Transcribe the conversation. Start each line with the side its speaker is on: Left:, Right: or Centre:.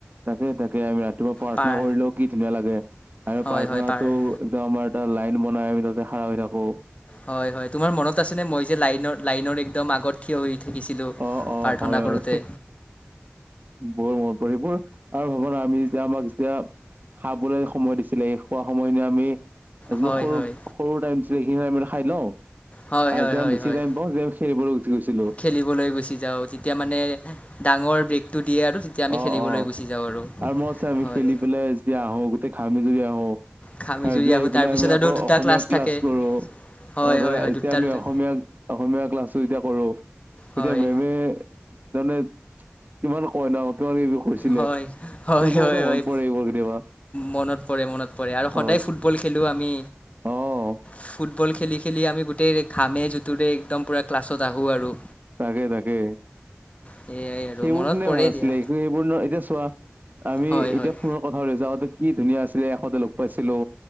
Right: তাকে তাকে আমি ৰাতিপুৱা প্ৰাৰ্থনা
Left: পাৰ
Right: কৰিলেও কি ধুনীয়া লাগে আৰু
Left: হয়
Right: প্ৰাৰ্থনাটো
Left: হয় পাৰ
Right: ত' আমাৰ এটা লাইন বনাই, আমি তাতে খাৰা হৈ থাকোঁ।
Left: হয় হয়, তোমাৰ মনত আছেনে মই যে লাইনৰ, লাইনৰ একদম আগত থিয় হৈ থাকিছিলোঁ
Right: অ' অ'
Left: প্ৰাৰ্থনা
Right: হয়
Left: কৰোঁতে।
Right: হয় বৰ মনত পৰে সেইবোৰ আৰু ভবা না আমি যেতিয়া, আমাক যেতিয়া খাবলৈ সময় দিছিলে এ, খোৱা সময়খিনি আমি এজন
Left: হয়
Right: সৰু
Left: হয়
Right: সৰু টাইমছ লৈ সেইখিনি টাইম খাই লওঁ
Left: হয়
Right: আৰু
Left: হয়
Right: যেতিয়া
Left: হয়
Right: আমি বেছি
Left: হয়
Right: টাইম পাওঁ যে খেলিবলৈ গুচি গৈছিলোঁ।
Left: খেলিবলৈ গুচি যাওঁ, তেতিয়া মানে ডাঙৰ ব্ৰেকটো দিয়ে আৰু তেতিয়া আমি
Right: অ',
Left: খেলিবলৈ
Right: অ',
Left: গুচি যাওঁ
Right: আৰু মই আছে, আমি
Left: হয়
Right: খেলি পেলাই যেতিয়া আহোঁ, গোটেই ঘামি জুৰি আহোঁ
Left: ঘামি
Right: খাই
Left: জুৰি
Right: যে
Left: আহোঁ
Right: আহি পেলাই
Left: তাৰপিছত
Right: আমি আকৌ
Left: আৰু দুটা
Right: অসমীয়া ক্লাছ
Left: থাকে
Right: কৰোঁ।
Left: হয়
Right: অ', ত'
Left: হয় হয়
Right: এতিয়া
Left: দুটা
Right: আমি
Left: দুটা
Right: অসমীয়া, অসমীয়া ক্লাছটো যেতিয়া কৰোঁ তেতিয়া
Left: হয়
Right: মেমে মানে কিমান কই ন' তোমাক এইবোৰ কৰিছিলে,
Left: হয় হয়
Right: সেইবোৰো
Left: হয় হয়
Right: মনত পৰে এইবোৰ কেতিয়াবা।
Left: মনত পৰে মনত পৰে, আৰু
Right: হয়
Left: সদায় ফুটবল খেলোঁ আমি।
Right: অ'
Left: ফুট বল খেলি খেলি আমি গোটেই ঘামে জুটোৰে একদম পুৰা ক্লাছত আহোঁ আৰু।
Right: তাকে তাকে,
Left: সেয়াই আৰু
Right: সেইবোৰ
Left: মনত
Right: দিনে
Left: পৰে
Right: ভাল আছিলে,
Left: দিয়া
Right: এইখিনি এতিয়া চোৱা আমি
Left: হয়
Right: এতিয়া
Left: হয়
Right: ফোনত কথা পাতি আছোঁ, আগতে কি ধুনীয়া আছিলে, এষতে লগ পাইছিলোঁ।